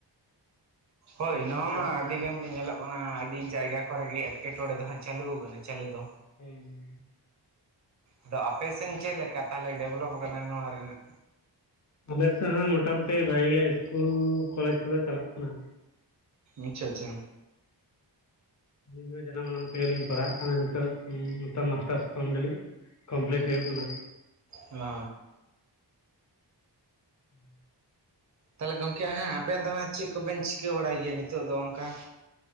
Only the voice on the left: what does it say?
ᱠᱤᱱᱛᱩ
ᱚᱱᱠᱟ
ᱠᱟᱛᱮ
ᱦᱩᱸ ᱦᱩᱸ,
ᱟᱞᱮ ᱥᱮᱫ ᱦᱚᱸ ᱢᱚᱴᱟᱢᱩᱴᱤ ᱵᱷᱟᱹᱜᱤ ᱜᱮ ᱤᱥᱠᱩᱞ ᱠᱚᱞᱮᱡᱽ ᱠᱚᱫᱚ ᱪᱟᱞᱟᱜ ᱠᱟᱱᱟ᱾
ᱟᱹᱞᱤᱧ ᱦᱚᱸ ᱡᱟᱱᱟᱢ ᱟᱲᱟᱝ ᱛᱮᱜᱮᱞᱤᱧ ᱯᱟᱲᱦᱟᱜ ᱠᱟᱱᱟ ᱱᱤᱛᱳ ᱱᱚᱛ, ᱢᱟᱥᱴᱟᱨ <unintelligible> ᱠᱚᱢᱯᱞᱤᱴ ᱦᱩᱭᱩᱜ ᱠᱟᱱᱟ᱾
<inaudible>